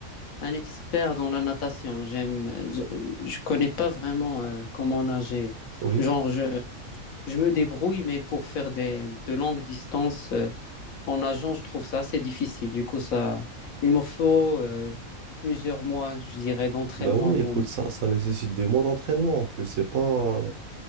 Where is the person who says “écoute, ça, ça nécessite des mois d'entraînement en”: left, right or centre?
Right